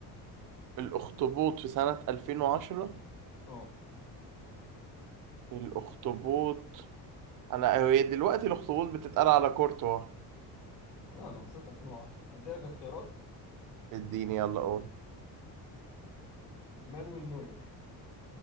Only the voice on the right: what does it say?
الأخطبوط في سنة 2010
الأخطبوط انا هي دلوقتي الاخطبوط بتتقال على كورتوا
اديني يلا قول